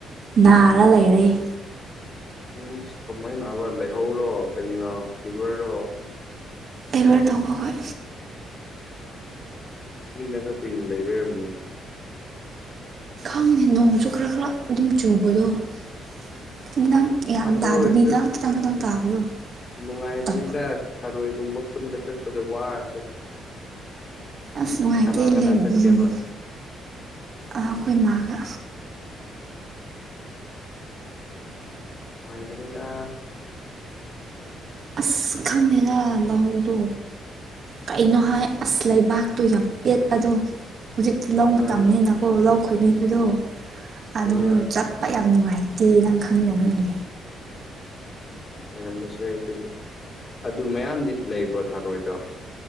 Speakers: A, on the right; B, on the left.
A: ꯅꯥꯔ ꯂꯩꯔꯦ
B: ꯎꯁ ꯀꯃꯥꯏ ꯅꯥꯕ ꯂꯩꯍꯧꯔꯣ ꯀꯔꯤꯅꯣ ꯐꯤꯚꯔꯔꯣ
A: ꯑꯦꯕꯔ ꯇꯧꯕ ꯍꯣꯏ
B: ꯏꯁꯤꯡꯗꯥꯒ ꯀꯨꯏꯅ ꯂꯩꯕꯩ ꯑꯣꯏꯔꯝꯅꯤ
A: ꯈꯪꯅꯦ ꯅꯣꯡꯁꯨ ꯈꯔ ꯈꯔ ꯑꯗꯨꯝ ꯆꯨꯕꯗꯣ <unintelligible> ꯌꯥꯝ
B: ꯑꯗꯨ
A: ꯇꯥꯗꯕꯤꯗ
B: ꯑꯣꯏꯔꯁꯨ
A: ꯈꯤꯇꯪ ꯈꯤꯇꯪ ꯇꯥꯕꯗꯣ
B: ꯅꯨꯡꯉꯥꯏꯕꯅꯤꯗ
A: ꯇꯧꯕ
B: ꯊꯔꯣꯏꯒꯨꯝꯕ ꯈꯨꯟꯕ ꯆꯠꯄꯗ ꯋꯥꯔꯁꯨ
A: ꯑꯁ ꯅꯨꯡꯉꯥꯏꯇꯦ
B: ꯀꯅꯥ ꯀꯅꯥ ꯆꯠꯀꯦꯕ
A: ꯂꯩꯝꯕꯤ ꯑꯥ ꯑꯩꯈꯣꯏ ꯃꯥꯥꯒ
B: ꯅꯨꯉꯥꯏꯕꯅꯤꯗ
A: ꯑꯁ ꯈꯪꯗꯦꯗ ꯂꯧꯍꯧꯗꯣ ꯀꯩꯅꯣ ꯍꯥꯏ ꯑꯁ ꯂꯩꯕꯥꯛꯇꯣ ꯌꯥꯝ ꯄꯦꯠꯄꯗꯣ ꯍꯧꯖꯤꯛꯇꯤ ꯂꯧ ꯃꯇꯝꯅꯤꯅꯀꯣ
B: ꯑꯥ
A: ꯂꯧ ꯈꯣꯏꯕꯤꯕꯗꯣ ꯑꯗꯨꯗ
B: ꯑꯥ
A: ꯆꯠꯄ ꯌꯥꯝ ꯅꯨꯡꯉꯥꯏꯇꯦ ꯇꯤ ꯅꯪ ꯈꯪꯗꯕꯒꯤꯅꯦ
B: ꯑꯣꯔꯝꯕꯁꯨ ꯌꯥꯏ ꯑꯗꯨꯗꯤ ꯑꯗꯨ ꯃꯌꯥꯝꯗꯤ ꯂꯩꯕ꯭ꯔꯣ ꯊꯥꯔꯣꯏꯗꯣ